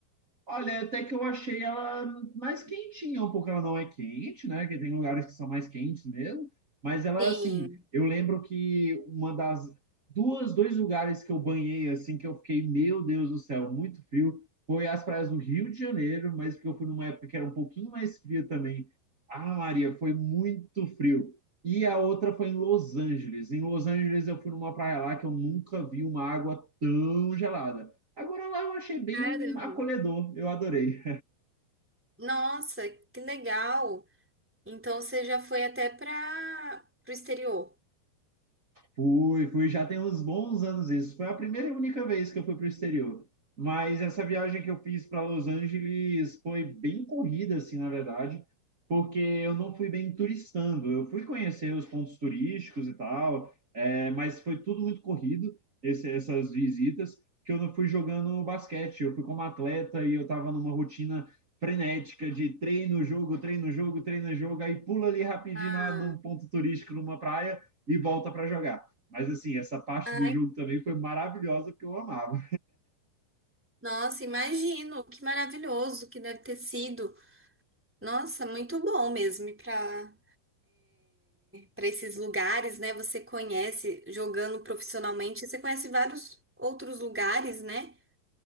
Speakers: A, on the right; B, in the centre.
A: Olha, até que eu achei ela mais quentinha, um pouco ela não é quente, né? Que tem lugares que são mais quentes mesmo, mas ela
B: Sim.
A: assim, eu lembro que uma das duas, dois lugares que eu banhei assim que eu fiquei, meu Deus do céu, muito frio, foi as praias do Rio de Janeiro, mas porque eu fui numa época que era um pouquinho mais fria também. Ah, Maria, foi muito frio. E a outra foi em Los Angeles. Em Los Angeles eu fui numa praia lá que eu nunca vi uma água tão gelada. Agora lá eu achei bem
B: Caramba.
A: acolhedor, eu adorei.
B: Nossa, que legal. Então você já foi até para o exterior.
A: Fui, fui, já tem uns bons anos isso. Foi a primeira e única vez que eu fui para o exterior. Mas essa viagem que eu fiz para Los Angeles foi bem corrida, assim, na verdade, porque eu não fui bem turistando. Eu fui conhecer os pontos turísticos e tal, é, mas foi tudo muito corrido, esse- essas visitas, que eu não fui jogando basquete. Eu fui como atleta e eu estava numa rotina frenética de treino, jogo, treino, jogo, treino, jogo, aí pula ali rapidinho
B: Ah,
A: na, num ponto turístico, numa praia, e volta para jogar. Mas assim, essa parte
B: Ai,
A: do jogo também foi maravilhosa porque eu amava.
B: nossa, imagino, que maravilhoso que deve ter sido. Nossa, muito bom mesmo ir para para esses lugares, né? Você conhece jogando profissionalmente, você conhece vários outros lugares, né?